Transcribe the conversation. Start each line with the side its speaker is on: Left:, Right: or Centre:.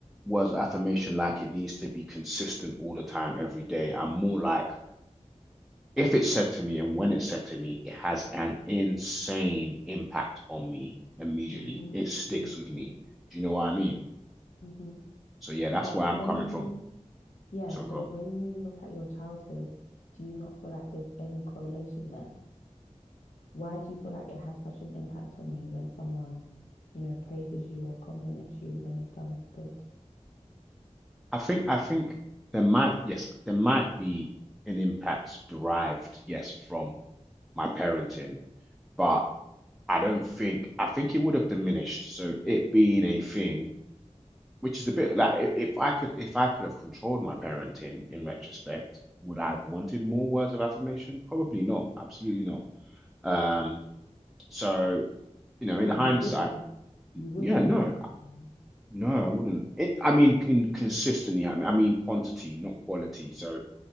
Centre: was affirmation like it needs to be consistent all the time, every day. I'm more like if it's said to me and when it's said to me, it has an insane impact on me immediately.
Left: Mm-hmm.
Centre: It sticks
Left: Mm-hmm.
Centre: with me. Do you know what I mean?
Left: Mm-hmm.
Centre: So yeah, that's
Left: But
Centre: where I'm
Left: when
Centre: coming
Left: you,
Centre: from.
Left: yeah,
Centre: So
Left: so
Centre: go. on.
Left: when you look at your childhood, do you not feel like there's any correlation there? Why do you feel like it has such an impact on you when someone, you know, praises you or compliments you when you've done good?
Centre: I think I think there might yes, there might be an impact derived, yes, from my parenting, but I don't think I think it would have diminished. So it being a thing, which is a bit like if I could if I could have controlled my parenting in retrospect, would I have wanted more words of affirmation? Probably not. Absolutely not. Um, so you know,
Left: Wait,
Centre: in hindsight,
Left: you wouldn't, you wouldn't
Centre: yeah, no,
Left: have wanted more.
Centre: no, I wouldn't. It, I mean, in consistently, I mean, I mean quantity, not quality. So